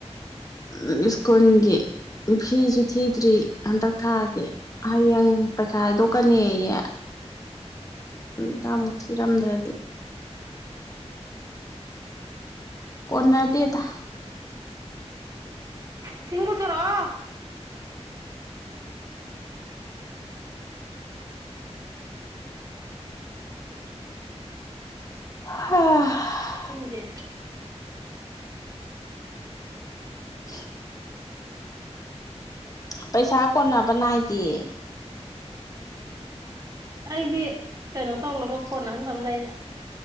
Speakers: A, on the left; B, on the right.
A: ꯎ ꯏꯁꯀꯣꯟꯣꯟꯒꯤ ꯐꯤꯁꯨ ꯊꯤꯗ꯭ꯔꯤ ꯍꯟꯗꯛ ꯊꯥꯒꯤ ꯍꯌꯦꯡ ꯄꯩꯈꯥ ꯍꯥꯏꯗꯣꯛꯀꯅꯤꯌꯦ ꯎꯝ ꯅꯃꯨꯛ ꯊꯤꯔꯝꯗ꯭ꯔꯗꯤ ꯀꯅꯗꯤꯗ
B: ꯏꯁꯤꯡ ꯄꯨꯊꯣꯔꯛꯑꯣ
A: ꯎꯝ
B: ꯊꯝꯖꯦ
A: <inaudible> ꯄꯩꯁꯥ ꯀꯣꯟꯅꯕ ꯅꯥꯏꯗꯦ
B: ꯑꯩꯗꯤ ꯀꯩꯅꯣ ꯇꯧꯅꯕ ꯐꯣꯟ ꯑꯍꯟꯕ ꯑꯃ ꯂꯩꯔꯦ